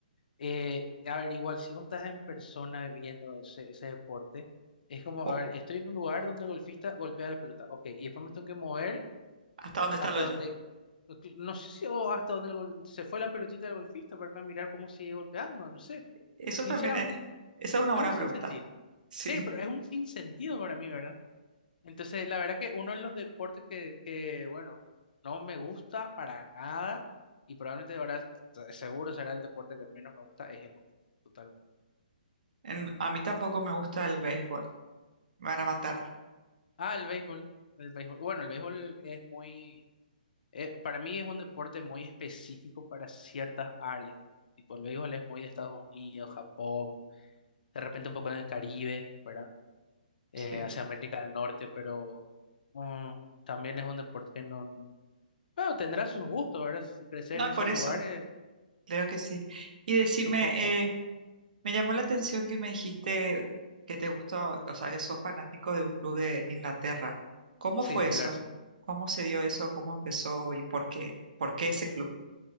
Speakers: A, on the left; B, on the right.
A: Eh, a ver, igual, si vos estás en persona viendo ese, ese deporte, es como,
B: Cu-
A: a ver, estoy en un lugar donde el golfista golpea la pelota, ok, y después me tengo que mover
B: ¿Hasta dónde
A: hasta
B: está lo yo?
A: donde, no que- no sé si, o hasta donde el gol- se fue la pelotita del golfista para irme a mirar cómo sigue golpeando, no sé.
B: Eso
A: Sinceramente,
B: también es, esa es una
A: es
B: buena
A: un
B: pregunta.
A: sinsentido.
B: Sí,
A: Sí, pero es un sinsentido para mí, ¿verdad? Entonces, la verdad que uno de los deportes que, que bueno, que no me gusta para nada, y probablemente, de verdad, se- seguro será el deporte que menos me gusta, es el golf, totalmente.
B: En- a mí tampoco me gusta el béisbol. Me van a matar.
A: Ah, el béisbol, el béisbol. Bueno, el béisbol es muy, eh, para mí es un deporte muy específico para ciertas áreas. Tipo, el béisbol es muy de Estados Unidos, Japón, de repente un poco en el Caribe, ¿verdad? Eh,
B: Sí.
A: hacia América del Norte, pero mm, también es un deporte que no, bueno, tendrá sus gustos, ¿verdad? Si creces
B: No,
A: en esos
B: por eso,
A: lugares,
B: claro que sí. Y decime,
A: supongo.
B: eh, me llamó la atención que me dijiste que te gustó, o sea, que sos fanático de un club de Inglaterra. ¿Cómo
A: Sí,
B: fue
A: del
B: eso?
A: Arsenal.
B: ¿Cómo se dio eso? ¿Cómo empezó y por qué? ¿Por qué ese club?